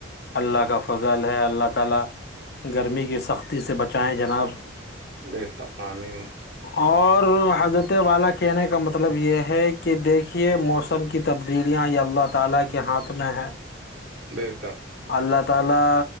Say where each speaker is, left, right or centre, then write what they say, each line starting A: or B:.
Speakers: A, on the left; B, on the right.
A: اللہ کا فضل ہے اللہ تعالی گرمی کی سختی سے بچائیں جناب
B: بےتقامین
A: اور حضرت والا کہنے کا مطلب یہ ہے کہ دیکھیے موس ان کی تبدیلیاں یہ اللہ تعالی کے ہاتھ میں ہیں
B: ب حساب
A: اللہ تعالی